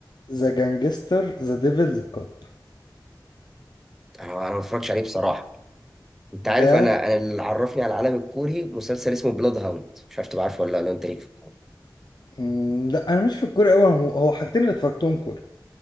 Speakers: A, on the left; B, in the centre.
A: ذا جانجستر ذا ديفلز كاب
B: انا انا ما بتفرجش عليه بصراحة انت عارف
A: ده
B: انا انا اللي عرفني على العالم الكوري مسلسل اسمه بلاد هاوند مش عارف تبقى عارفه ولا لا انت ليك في الكوري
A: مم، لا انا مش في الكوري قوي هو هو حاجتين اللي اتفرجتهم كوري